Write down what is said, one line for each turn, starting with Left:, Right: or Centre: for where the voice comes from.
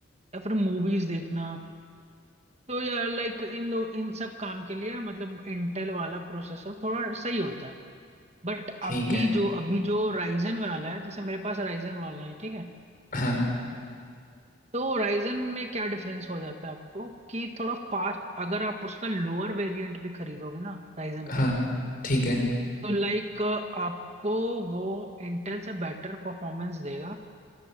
Right: या फिर मूवीज देखना तो यार लाइक इन लोग इन सब काम के लिए मतलब इंटेल वाला प्रोसेसर थोड़ा सही होता है बट
Left: ठीक
Right: अभी
Left: है
Right: जो अभी जो राइजन वाला है जैसे मेरे पास राइजन वाला है ठीक है
Left: हाँ
Right: तो राइजन में क्या डिफरेंस हो जाता है आपको कि थोड़ा फास्ट अगर आप उसका लोअर वेरिएंट भी खरीदोगे ना राइजन
Left: हाँ
Right: का
Left: ठीक है
Right: तो लाइक आपको वो इंटेल से बेटर परफॉर्मेंस देगा